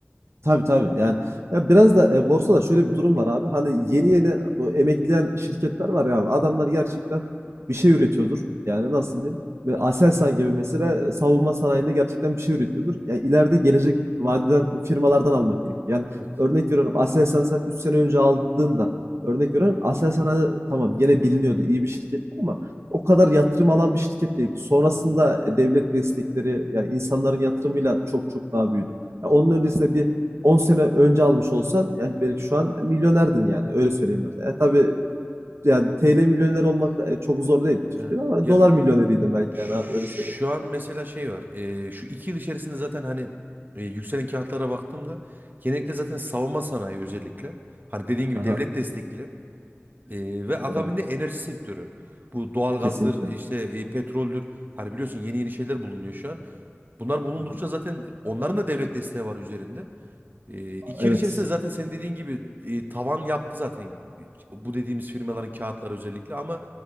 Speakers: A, on the right (about 70°); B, on the right (about 45°).
A: Tabii tabii. Yani ya biraz da e, borsada şöyle bir durum var abi. Hani yeni yeni bu emekleyen şirketler var ya abi. Adamlar gerçekten bir şey üretiyordur. Yani nasıl diyeyim? Böyle
B: Hı
A: Aselsan
B: hı.
A: gibi mesela e, savunma sanayinde gerçekten bir şey üretiyordur. Ya ileride gelecek vadeden firmalardan almak gerekiyor. Yani
B: Evet.
A: örnek veriyorum Aselsan sen 3 sene önce aldığında örnek veriyorum Aselsan hani tamam gene biliniyordu iyi bir şirketti ama o kadar yatırım alan bir şirket değildi. Sonrasında
B: Hı hı,
A: e, devlet destekleri yani insanların yatırımıyla çok çok daha büyüdü.
B: hı
A: Ya onun
B: hı.
A: öncesinde bir 10 sene önce almış olsan yani belki şu an milyonerdin yani öyle
B: Evet.
A: söyleyeyim mesela. E, tabii yani TL milyoner olmak e, çok zor değil Türkiye'de
B: Evet.
A: ama
B: Yani
A: dolar milyoneriydim belki
B: şu
A: yani abi öyle söyleyeyim.
B: an mesela şey var. Eee, şu iki yıl içerisinde zaten hani e, yükselen kağıtlara baktığımda genellikle zaten savunma sanayi özellikle. Hani dediğin gibi
A: Aha,
B: devlet destekli. eee, ve akabinde
A: doğru.
B: enerji sektörü. Bu doğalgazdır
A: Kesinlikle.
B: işte
A: Hı
B: e, petroldür. Hani biliyorsun yeni yeni şeyler bulunuyor şu an. Bunlar bulundukça
A: hı.
B: zaten onların da devlet desteği var üzerinde. E, iki
A: Evet,
B: yıl içerisinde zaten senin dediğin gibi e, tavan yaptı zaten bu dediğimiz firmaların kağıtları özellikle ama